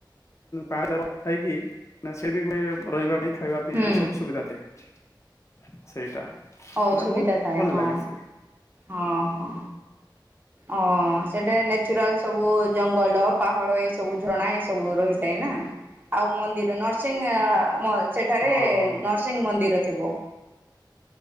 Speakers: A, on the left (about 35°); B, on the right (about 25°).
A: ପାଞ୍ଚାର ଥାଇକି ସେ ବି ଗୋଟେ ରହିବା ପାଇଁ ଖାଇବା ପାଇଁ
B: ହୁଁ
A: ଆ ସବୁ ସୁବିଧା ଥାଏ। ସେଇଟା।
B: ଓ
A: ହେଲେ
B: ସୁବିଧା
A: ବହୁତ
B: ଥାଏ
A: ଭଲ
B: ହଁ
A: ଲାଗେ ସେ
B: ହଁ ହଁ। ଓ ସେଠାରେ ନେଚୁରାଲ ସବୁ ଜଙ୍ଗଲ ପାହାଡ଼ ଏ ସବୁ ଝରଣା ଏ ସବୁ ରହିଥାଏ ନା ଆଉ ମନ୍ଦିର ନରସିଂହ ମ ସେଠାରେ
A: ହଁ ହଁ ହଁ।
B: ନରସିଂହ ମନ୍ଦିର ଥିବ।